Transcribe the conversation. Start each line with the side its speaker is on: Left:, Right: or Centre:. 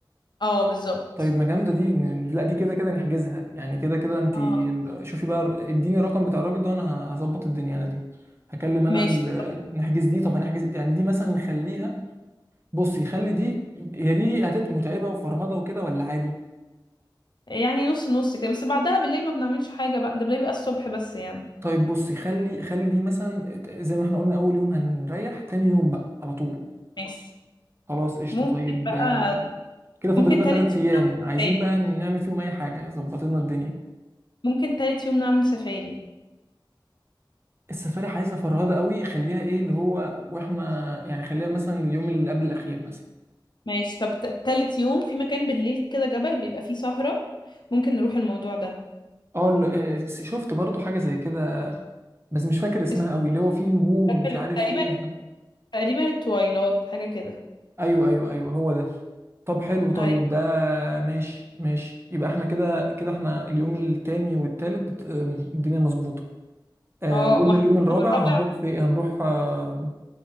Left: اه بالظبط
Right: طيب ما جامده دي ن- لا دي كده كده نحجزها يعني كده كده انت
Left: اه
Right: شوفي بقى اديني الرقم بتاع الراجل ده انا هظبط الدنيا انا دي هكلم انا
Left: ماشي
Right: ال- نحجز دي طب هنحجز يعني دي مثلا نخليها بصي خلي دي هي دي هتبقى متعبه وفرهده وكده ولا عادي
Left: يعني نص نص كده بس بعدها بالليل ما بنعملش حاجة بقى ده بيبقى الصبح بس يعني
Right: طيب بصي خلي خلي دي مثلا زي ما احنا قلنا اول يوم هنريح تاني يوم بقى على طول
Left: ماشي
Right: خلاص قشطه
Left: ممكن
Right: طيب
Left: بقى
Right: آه، كده فاضل
Left: ممكن
Right: لنا
Left: تالت
Right: ثلاث ايام
Left: يوم نعمل
Right: عايزين
Left: سفاري
Right: بقى نعمل فيهم اي حاجه ظبط لنا الدنيا
Left: ممكن تالت يوم نعمل سفاري
Right: السفاري عايزه فرهده قوي خليها ايه اللي هو واحنا يعني خليها مثلا اليوم اللي قبل الاخير مثلا
Left: ماشي طب ت- تالت يوم في مكان بالليل كده جبل بيبقى فيه سهرة ممكن نروح الموضوع ده
Right: اه ال- آه، شفت برضو حاجه زي كده بس مش فاكر اسمها
Left: اسمه
Right: قوي اللي هو فيه نجوم
Left: جبل-
Right: ومش عارف
Left: تقريبا
Right: ايه وحاجة.
Left: تقريبا التويلات حاجة كده
Right: <laughs> ايوه ايوه ايوه هو ده طب حلو طيب
Left: اي
Right: ده ماشي ماشي يبقى احنا كده كده احنا اليوم التاني والتالت آم، الدنيا مظبوطه آه،
Left: اه
Right: وقلنا
Left: واحنا
Right: اليوم الرابع
Left: والرابع
Right: هنروح في هنروح آه،